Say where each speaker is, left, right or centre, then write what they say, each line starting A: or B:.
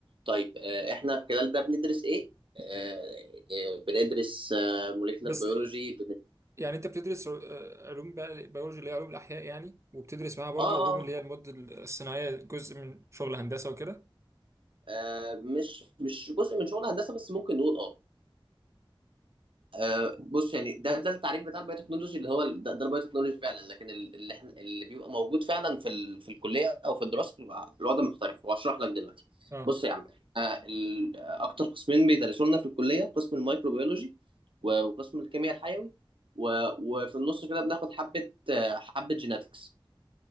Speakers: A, on the right; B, on the right.
A: طيب آه احنا خلال ده بندرس ايه آه آه، بندرس آه موليكولر
B: بس
A: بيولوجي
B: يعني انت بتدرس آه، علوم بقى بيولوجي اللي هي علوم الاحياء يعني وبتدرس معاها برضو
A: اه
B: العلوم
A: اه
B: اللي هي المواد الصناعية جزء من شغل هندسة وكده
A: آه، مش مش جزء من شغل هندسه بس ممكن نقول اه آه، بص يعني ده ده التعريف بتاع البايو تكنولوجي اللي هو ال- ده, ده البايو تكنولوجي فعلا لكن ال- اللي احنا اللي بيبقى موجود فعلا في ال... في الكليه او في الدراسه بيبقى الوضع مختلف وهشرح لك دلوقتي
B: اه
A: بص يا عم آه، ال... آه، اكتر قسمين بيدرسوا لنا في الكليه قسم الميكروبيولوجي و- وقسم الكيمياء الحيوي و... وفي النص كده بناخد حبه آه، حبه جيناتكس